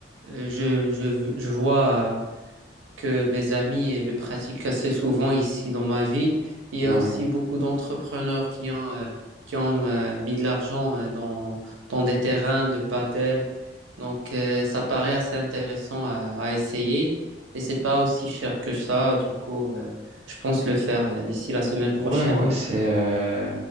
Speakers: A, on the right; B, on the right.
A: Euh, Je, je, je vois euh, que mes amis euh, le pratiquent assez souvent ici dans ma ville. Il y
B: Ouais,
A: a aussi beaucoup d'entrepreneurs qui ont, euh, qui ont euh, mis de l'argent euh, dans, dans des terrains de paddle. Donc, euh, ça paraît assez intéressant à, à essayer et c'est pas aussi cher que ça. Du coup, euh, je pense le faire euh, d'ici la semaine prochaine.
B: ouais, ouais, c'est euh,